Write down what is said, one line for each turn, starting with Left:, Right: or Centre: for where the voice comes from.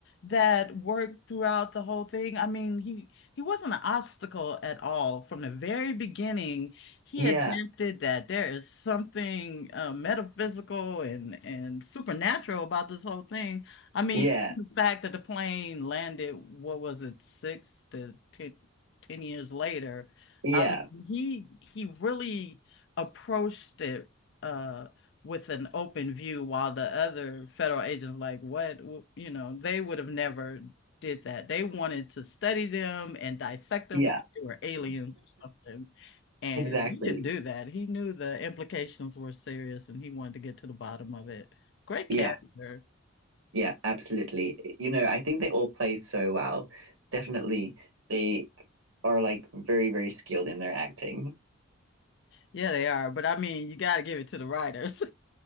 Left: that worked throughout the whole thing. I mean, he he wasn't an obstacle at all from the very beginning. He
Right: yeah
Left: adapted that there is something uh, metaphysical and and supernatural about this whole thing. I mean,
Right: yeah
Left: the fact that the plane landed, what was it, six to ten, ten years later.
Right: Yeah,
Left: I mean, he he really approached it uh with an open view while the other federal agents like what you know they would have never did that they wanted to study them and dissect them
Right: yeah,
Left: like they were aliens or something and
Right: exactly.
Left: he didn't do that he knew the implications were serious and he wanted to get to the bottom of it great
Right: Yeah,
Left: character
Right: yeah, absolutely. You know, I think they all play so well. Definitely, they are like very, very skilled in their acting.
Left: yeah they are but I mean you got to give it to the writers